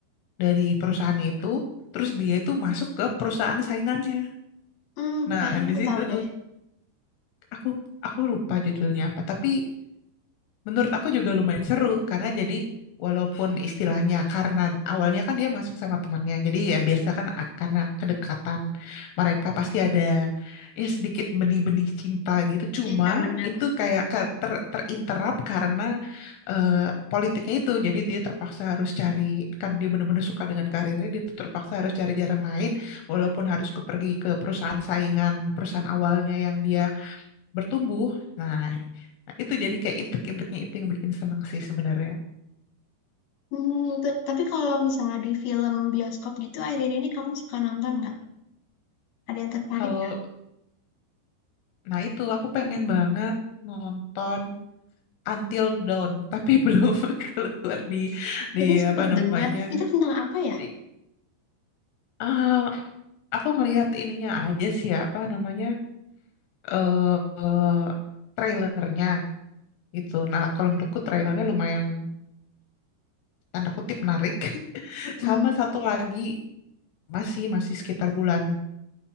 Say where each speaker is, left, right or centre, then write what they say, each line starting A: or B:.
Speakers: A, on the left; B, on the left.
A: dari perusahaannya itu terus dia itu masuk ke perusahaan saingannya
B: <laughs> hmm
A: nah
B: kayaknya aku
A: di situ
B: tahu deh
A: aku aku lupa judulnya apa tapi Menurut aku juga lumayan seru karena jadi walaupun istilahnya karena awalnya kan dia masuk sama temannya, jadi ya biasa kan a- karena kedekatan mereka pasti ada ya sedikit benih-benih cinta gitu. Cuma
B: Iya bener.
A: itu kayak ke- ter, terinterap karena eh, politiknya itu, jadi dia terpaksa harus cari karena dia benar-benar suka dengan karirnya, dia tuh terpaksa harus cari jalan lain walaupun harus ke- pergi ke perusahaan saingan perusahaan awalnya yang dia bertumbuh. Nah, nah, itu jadi kayak intrik-intriknya itu yang bikin seneng sih sebenarnya.
B: Hmm, t- tapi kalau misalnya di film bioskop gitu, akhir-akhir ini kamu suka nonton nggak? Ada yang tertarik?
A: Kalau, nah itu aku pengen banget nonton Until Dawn, tapi <laughs> belum keluar di
B: Kayaknya
A: di
B: sempet
A: apa namanya?
B: dengar. Itu tentang apa ya?
A: Di- ah, aku ngelihat ininya aja sih ya, apa namanya? eh eh, trailernya gitu. Nah, kalau menurutku trailernya lumayan tanda kutip menarik. <laughs>
B: Mm-mm.
A: Sama satu lagi masih masih sekitar bulannya